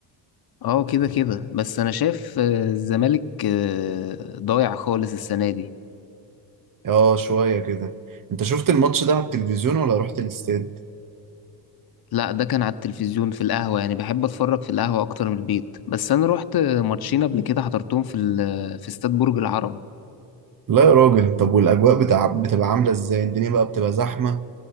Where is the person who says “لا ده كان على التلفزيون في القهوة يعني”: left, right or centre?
Left